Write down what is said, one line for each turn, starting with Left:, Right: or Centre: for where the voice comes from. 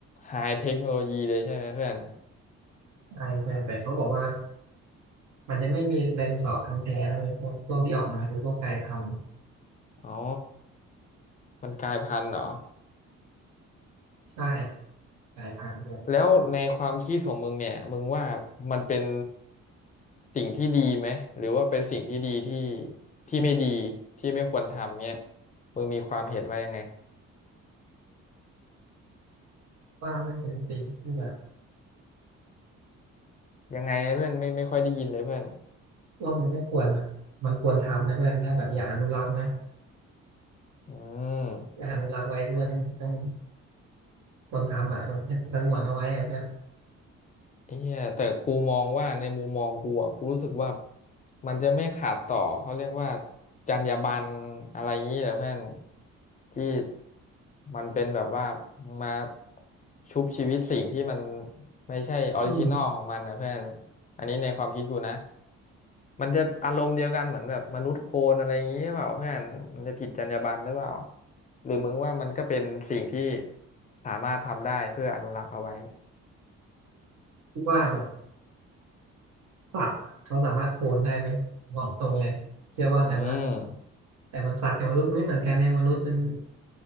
Left: ไฮเทคโนโลยีเลยใช่ไหมเพื่อน
Right: ใช่ใช่แต่เขาบอกว่ามันจะไม่มีไดโนเสาร์พันธุ์แท้เลยพวกพวกที่ออกมาคือพวกกลายพันธุ์
Left: อ๋อมันกลายพันธุ์เหรอ
Right: ใช่กลายพันธุ์ด้วย
Left: แล้วในความคิดของมึงเนี่ยมึงว่ามันเป็นสิ่งที่ดีไหมหรือว่าเป็นสิ่งที่ดีที่ที่ไม่ดีที่ไม่ควรทำเนี่ยมึงมีความเห็นว่ายังไง
Right: ว่ามันเป็นสิ่งที่แบบ
Left: ยังไงเพื่อนไม่ไม่ค่อยได้ยินเลยเพื่อน
Right: ว่ามันก็ควรแบบมันควรทำนะเพื่อนถ้าแบบอยากอนุรักษ์นะ
Left: อืม
Right: อยากอนุรักษ์ไว้ด้วยมันต้องควรทำอ่ะมันสงวนเอาไว้อ่ะเพื่อน
Left: ไอ้เหี้ยแต่กูมองว่าในมุมมองกูอ่ะกูรู้สึกว่ามันจะไม่ขาดต่อเขาเรียกว่าจรรยาบรรณอะไรอย่างนี้แหละเพื่อนที่มันเป็นแบบว่ามาชุบชีวิตสิ่งที่มันไม่ใช่ออริจินอลของมันนะเพื่อน
Right: อืม
Left: อันนี้ในความคิดกูนะมันจะอารมณ์เดียวกันเหมือนแบบมนุษย์โคลนอะไรอย่างนี้หรือเปล่าเพื่อนมันจะผิดจรรยาบรรณหรือเปล่าหรือมึงว่ามันก็เป็นสิ่งที่สามารถทำได้เพื่ออนุรักษ์เอาไว้
Right: คิดว่าแบบสัตว์อะเขาสามารถโคลนได้ไหมบอกตรงเลยเชื่อว่างั้นนะ
Left: อืม
Right: แต่มันสัตว์กับมนุษย์ไม่เหมือนกันนะมนุษย์มัน